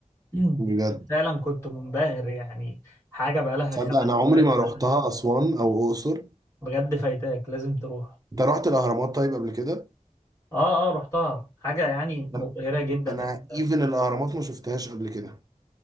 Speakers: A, on the left (about 20°); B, on the right (about 25°).
A: <clears throat>
B: بجد
A: فعلا كنت منبهر يعني حاجه بقالها
B: تصدق
A: 5000
B: انا عمري ما روحتها
A: سنه
B: اسوان او اقصر
A: بجد فايتاك لازم تروح
B: انت رحت الاهرامات طيب قبل كده
A: اه اه رحتها حاجه يعني
B: لم-
A: مبهره جدا
B: انا
A: انت
B: ايفن الاهرامات ما شفتهاش قبل كده